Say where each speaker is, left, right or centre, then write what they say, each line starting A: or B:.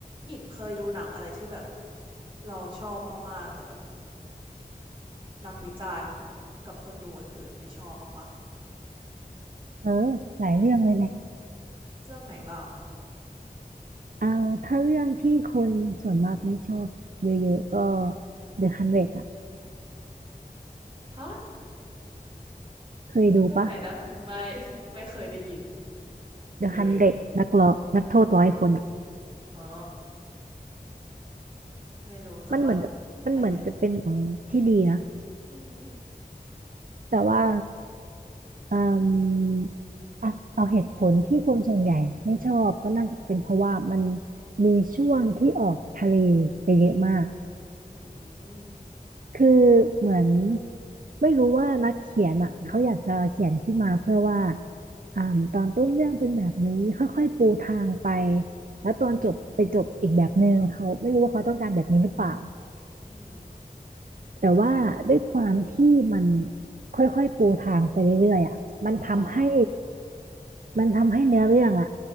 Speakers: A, on the right (about 35°); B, on the right (about 60°).
A: หญิงเคยดูหนังอะไรที่แบบเราชอบมากๆแต่แบบนักวิจารณ์กับคนดูอื่นๆไม่ชอบบ้างปะ
B: เออหลายเรื่องเลยแหละ
A: เรื่องไหนบ้างอะ
B: เอาถ้าเรื่องที่คนส่วนมากไม่ชอบเยอะๆก็
A: อืม
B: The 100อ่ะ
A: ฮะ
B: เคยดูปะ
A: เรื่องไหนนะไม่ไม่เคยได้ยิน
B: The
A: เลย
B: 100นเดรดนักร้อนักโทษร้อยคนอ่ะ
A: อ๋อไม่รู้แต่ว่า
B: มันเหมือนจะมันเหมือนจะเป็นหนังที่ดีนะ
A: ได้เลยอือหือ
B: แต่ว่าอืมอ่ะเอาเหตุผลที่คนส่วนใหญ่ไม่ชอบก็น่าจะเป็นเพราะว่ามันมีช่วงที่ออกทะเลไปเยอะมาก
A: อืม
B: คือเหมือนไม่รู้ว่านักเขียนอ่ะเขาอยากจะเขียนขึ้นมาเพื่อว่าอ่าตอนต้นเรื่องเป็นแบบนี้ค่อยๆปูทางไปแล้วตอนจบไปจบอีกแบบหนึ่งเขาไม่รู้ว่าเขาต้องการแบบนี้หรือเปล่า
A: อือหืออืม
B: แต่ว่าด้วยความที่มันค่อยๆปูทางไปเรื่อยๆอ่ะมันทำให้
A: อ๋อฮะ
B: มันทำให้เนื้อเรื่องอ่ะ